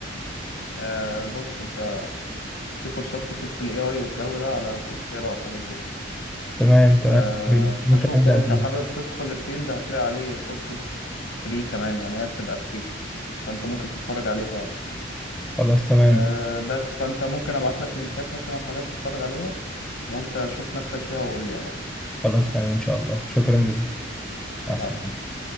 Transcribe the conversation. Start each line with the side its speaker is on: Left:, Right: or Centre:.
Left: آه بص انت في كورسات كتير في الاي اي والجو ده على كورسيرا والحاجات دي
Centre: تمام تمام
Left: آه
Centre: كويس. ممكن
Left: فشوف
Centre: ابدا
Left: لو انت
Centre: فيها
Left: حابب تدخل الفيلد هتلاقي عليه كورسز فري كمان يعني هي بتبقى فري فانت ممكن تتفرج عليها يعني.
Centre: خلاص تمام
Left: أه بس فانت ممكن ابعت لك لينكات مثلا حاجات تتفرج عليها وانت شوف نفسك فيها وقول لي يعني
Centre: خلاص تمام ان شاء الله شكرا جدا مع
Left: العب
Centre: السلامه